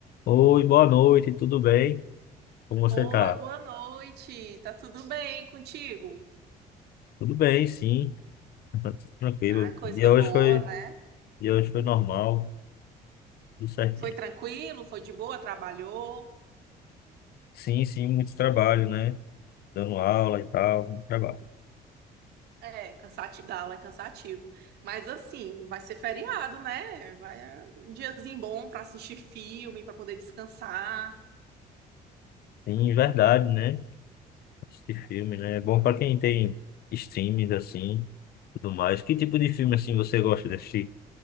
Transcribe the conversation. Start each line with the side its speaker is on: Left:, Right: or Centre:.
Left: Oi, boa noite, tudo bem? Como você
Right: Oi,
Left: tá?
Right: boa noite. Tá tudo bem contigo?
Left: Tudo bem, sim, <laughs> tá tudo tranquilo.
Right: Ah, coisa
Left: Dia
Right: boa,
Left: hoje foi,
Right: né?
Left: e hoje foi normal, tudo certinho.
Right: Foi tranquilo, foi de boa, trabalhou.
Left: Sim, sim, muito trabalho, né? Dando aula e tal, muito trabalho.
Right: É, cansativo, dar aula é cansativo. Mas assim, vai ser feriado, né? Vai é um diazinho bom pra assistir filme, pra poder descansar.
Left: Sim, verdade, né? Assistir filme, né? É bom para quem tem streams assim, tudo mais. Que tipo de filme assim você gosta de assistir?